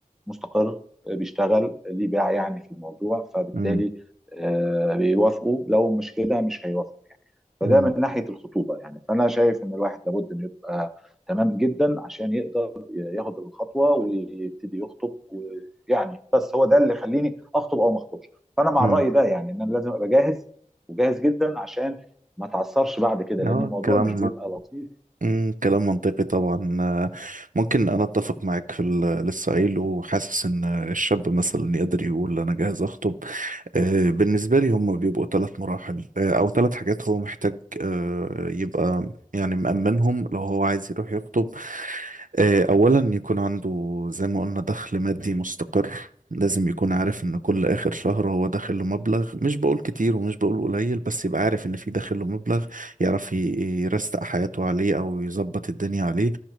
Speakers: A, in the centre; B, on the right.
A: مستقر آه، بيشتغل آه، ليه باع يعني في الموضوع فبالتالي
B: مم.
A: آه، بيوافقوا لو مش كده مش هيوافقوا يعني فده
B: مم.
A: من ناحيه الخطوبه يعني فانا شايف ان الواحد لابد انه يبقى تمام جدا عشان يقدر ياخد الخطوه ويبتدي يخطب ويعني بس هو ده اللي يخليني اخطب او ما اخطبش فانا مع
B: مم.
A: الراي ده يعني ان انا لازم ابقى جاهز وجاهز جدا عشان ما تعثرش بعد كده
B: اه
A: لان الموضوع
B: كلام
A: مش بيبقى لطيف
B: امم كلام منطقي طبعا آه، ممكن انا اتفق معاك في اللي لسه قايله وحاسس ان الشاب مثلا يقدر يقول انا جاهز اخطب آه، بالنسبة لي هم بيبقوا ثلاث مراحل آه، أو ثلاث حاجات هو محتاج آه، يبقى يعني مأمنهم لو هو عايز يروح يخطب آه، أولا يكون عنده زي ما قلنا دخل مادي مستقر لازم يكون عارف إن كل آخر شهر هو داخل له مبلغ مش بقول كتير ومش بقول قليل بس يبقى عارف إن في داخل له مبلغ يعرف ي- يرستق حياته عليه أو يظبط الدنيا عليه